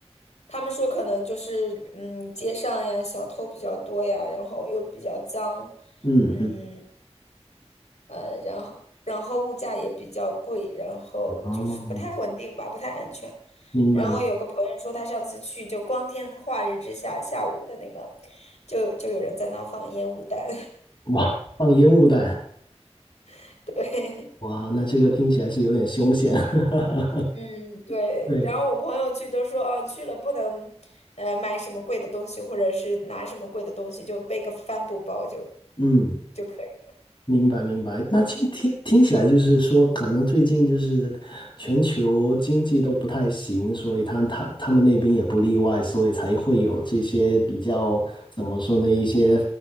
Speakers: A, on the left (about 90°); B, on the left (about 45°).
A: 他们说可能就是嗯，街上呀小偷比较多呀，然后又比较脏，
B: 嗯嗯，
A: 嗯。呃，然后然后物价也比较贵，然后就是不太稳定吧，
B: 哦，
A: 不太安全。
B: 明白。
A: 然后有个朋友说，他上次去就光天化日之下，下午的那个，就就有人在那放烟雾弹，
B: 哇，放烟雾弹，
A: <laughs> 对。
B: 哇，那这个听起来是有点凶险。<laughs>
A: 嗯，对。
B: 对，
A: 然后我朋友去都说，哦，去了不能，呃，买什么贵的东西，或者是拿什么贵的东西，就背个帆布包就
B: 嗯。
A: 就可以了。
B: 明白明白，那听听听起来就是说，可能最近就是全球经济都不太行，所以他他他们那边也不例外，所以才会有这些比较怎么说呢，一些